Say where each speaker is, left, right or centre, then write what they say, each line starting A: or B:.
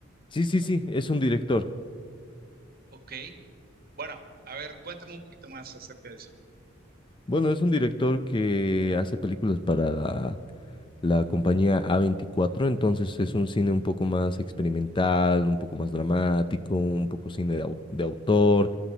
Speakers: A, on the left; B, on the right.
A: Sí, sí, sí, es un director.
B: Ok. Bueno, a ver, cuéntame un poquito más acerca de eso.
A: Bueno, es un director que hace películas para la, la compañía A24, entonces es un cine un poco más experimental, un poco más dramático, un poco cine de, au- de autor.